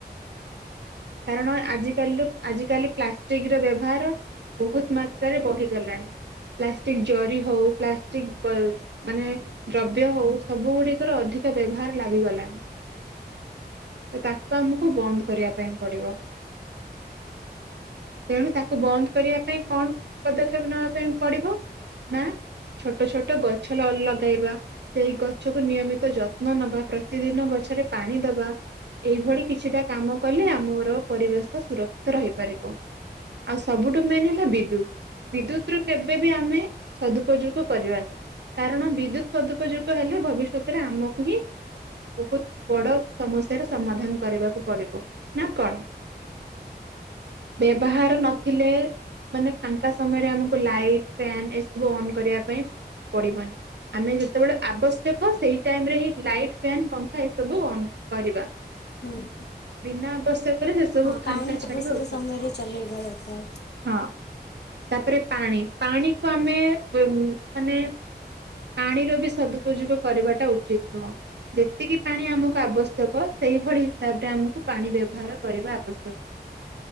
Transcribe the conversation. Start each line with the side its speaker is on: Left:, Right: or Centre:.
Right: କାରଣ ଆଜି କାଲିର ଆଜି କାଲି ପ୍ଲାଷ୍ଟିକ୍ ର ବ୍ୟବହାର ବୋହୁତ ମାତ୍ରାରେ ବଢିଗଲାଣି। ପ୍ଲାଷ୍ଟିକ୍ ଜରି ହୋଉ ପ୍ଲାଷ୍ଟିକ୍ ପଲ ମାନେ ଦ୍ରବ୍ୟ ହୋଉ ସବୁ ଗୁଡିକରେ ଅଧିକ ବ୍ୟବହାର ଲାଗିଗଲାଣି। ତାକୁ ଆମକୁ ବନ୍ଦ କରିବା ପାଇଁ ପଡିବ। ତେଣୁ ତାକୁ ବନ୍ଦ କରିବା ପାଇଁ କଣ ପଦକ୍ଷେପ ନବା ପାଇଁ ପଡିବ? ନା ଛୋଟ ଛୋଟ ଗଛ ଲ ଲଗେଇବା। ସେଇ ଗଛକୁ ନିୟମିତ ଯତ୍ନ ନବା ପ୍ରତିଦିନ ଗଛରେ ପାଣି ଦବା। ଏଇଭଳି କିଛିଟା କାମ କଲେ ଆମର ପରିବେଶ ସୁରକ୍ଷିତ ରହିପାରିବ। ଆଉ ସବୁଠୁ ମେନ୍ ହେଲା ବିଦ୍ୟୁତ୍। ବିଦ୍ୟୁତ୍ ରୁ କେବେ ବି ଆମେ ସଦୁପଯୋଗ କରିବାନି କାରଣ ବିଦ୍ୟୁତ୍ ସଦୁପଯୋଗ ହେଲେ ଭବିଷ୍ୟତରେ ଆମକୁ ହିଁ ବୋହୁତ ବଡ ସମସ୍ୟାର ସମାଧାନ କରିବାକୁ ପଡିବ ନା କଣ? ବ୍ୟବହାର ନଥିଲେ ମାନେ ଫାଙ୍କା ସମୟରେ ଆମକୁ ଲାଇଟ ଫ୍ୟାନ୍ ଏସବୁ ଅନ୍ କରିବା ପାଇଁ ପଡିବନି। ଆମେ ଯେତେବେଳେ ଆବଶ୍ୟକ ସେଇ ଟାଇମରେ ହିଁ ଲାଇଟ୍ ଫ୍ୟାନ୍ ପଂଖା ଏସବୁ ଅନ୍ କରିବା।
Left: ହୁଁ।
Right: ବିନା ଆବଶ୍ୟକରେ ସେସବୁ
Left: ହଁ
Right: ଫାଙ୍କା
Left: ପାଣି
Right: ଛାଡିବା
Left: ଆବଶ୍ୟକ
Right: ଉଚିତ
Left: ସମୟରେ
Right: ନୁହଁ।
Left: ଚଲେଇବା ଦରକାର।
Right: ହଁ ତାପରେ ପାଣି ପାଣିକୁ ଆମେ ବେ ଉ ମାନେ ପାଣିର ବି ସଦୁପଯୁଗ କରିବାଟା ଉଚିତ୍ ନୁହଁ। ଯେତିକି ପାଣି ଆମକୁ ଆବଶ୍ୟକ ସେଇଭଳି ହିସାବରେ ଆମକୁ ପାଣି ବ୍ୟବହାର କରିବା ଆବଶ୍ୟକ।